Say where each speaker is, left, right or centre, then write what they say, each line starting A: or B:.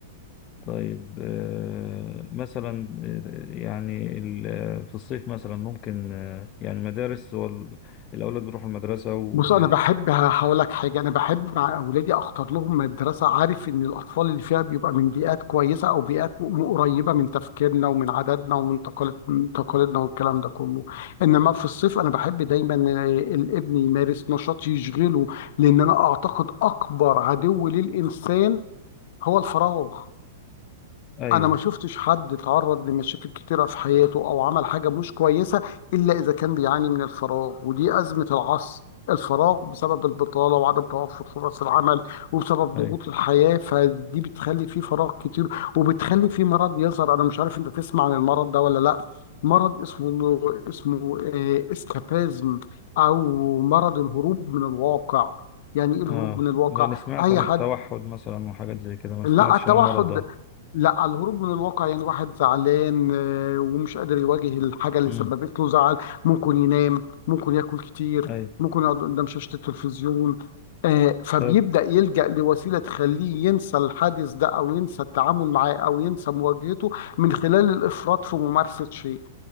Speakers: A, on the left; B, on the left.
A: طيب آه مثلا آه، يعني ال- آه، في الصيف مثلا ممكن آه، يعني المدارس هو ال- الاولاد بيروحوا المدرسه و
B: بص انا بحب هقول لك حاجه انا بحب مع اولادي اختار لهم مدرسه عارف ان الاطفال اللي فيها بيبقى من بيئات كويسه او بيئات م- قريبه من تفكيرنا ومن عاداتنا ومن تقاليد من تقاليدنا والكلام ده كله انما في الصيف انا بحب دايما آه، الابن يمارس نشاط يشغله لان انا اعتقد اكبر عدو للانسان هو الفراغ
A: ايوه
B: انا ما شفتش حد اتعرض لمشاكل كتيره في حياته او عمل حاجه مش كويسه الا اذا كان بيعاني من الفراغ ودي ازمه العصر الفراغ بسبب البطاله وعدم توفر فرص العمل وبسبب
A: ايوه
B: ضغوط الحياه فدي بتخلي فيه فراغ كتير وبتخلي فيه مرض يظهر انا مش عارف انت تسمع عن المرض ده ولا لا مرض اسمه اسمه آه، اسكابازم او مرض الهروب من الواقع يعني ايه الهروب
A: اه
B: من الواقع
A: لا انا سمعت
B: اي
A: عن
B: حد
A: التوحد مثلا وحاجات زي كده ما
B: لا
A: سمعتش
B: التوحد
A: عن المرض ده
B: لا على الهروب من الواقع يعني واحد زعلان آه، ومش قادر يواجه الحاجة اللي
A: امم
B: سببت له زعل ممكن ينام ممكن ياكل كتير
A: ايوه
B: ممكن يقعد قدام شاشة التلفزيون آه، فبيبدأ
A: طيب
B: يلجأ لوسيلة تخليه ينسى الحادث ده أو ينسى التعامل معاه أو ينسى مواجهته من خلال الإفراط في ممارسة شيء